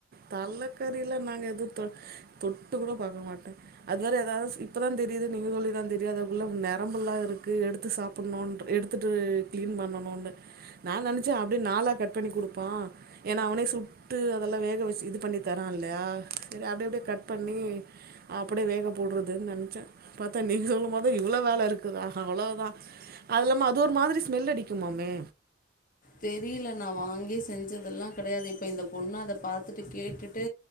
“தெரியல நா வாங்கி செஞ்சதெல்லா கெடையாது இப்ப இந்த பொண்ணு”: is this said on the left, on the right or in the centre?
Left